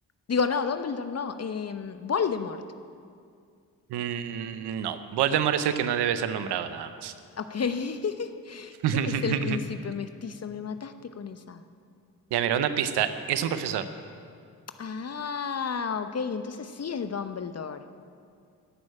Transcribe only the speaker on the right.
Mm, no, Voldemort es el que no debe ser nombrado nada más.
<laughs>
Ya mira, una pista. Es un profesor.